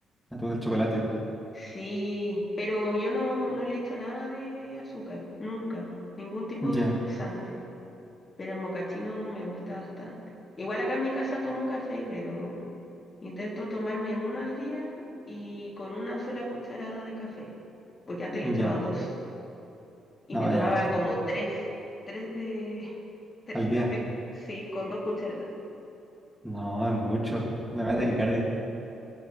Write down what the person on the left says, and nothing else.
Sí, pero yo no, no le echo nada de azúcar, nunca, ningún tipo
de endulzante, pero el mocachino me gusta bastante. Igual acá en mi casa tomo café, pero intento tomarme uno al día y con una sola cucharada de café, porque antes le
echaba dos y
me tomaba
como tres, tres de, <laughs> tres
cafés, sí, con dos cucharadas.